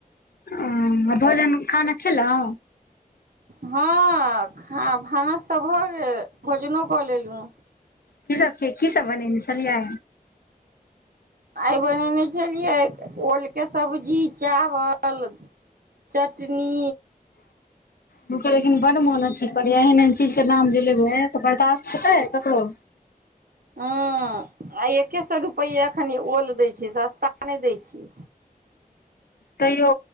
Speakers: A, on the left (about 85°); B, on the right (about 70°).
A: ओ भोजन खाना खेलउ
B: हँ खा भानस तऽ भऽ गेल भोजनो कऽ लेलहुँ
A: की सब खे की सब बनेने छलियै
B: आइ बनेने छलियै ओल के सब्जी चावल चटनी
A: मु लेकिन बड मोन अथी करै एहन एहन चीज के नाम ले लेबै तऽ बर्दाश्त हेतै ककरो
B: ह आ एकके सए रुपैए एखन ओल दै छै सस्ता नहि दै छै
A: तैयो